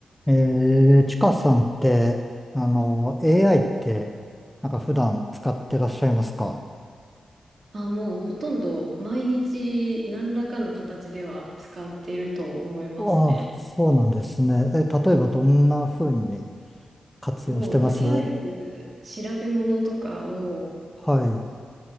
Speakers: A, in the centre; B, on the right (about 55°).
A: えー、ちかさんって、あの、AI って、なんか普段使ってらっしゃいますか
B: あ、もうほとんど毎日何らかの形では使っていると思いますね。
A: ああ、そうなんですね。え、例えばどんな風に活用してます
B: もうとりあえず調べ物とかを
A: はい。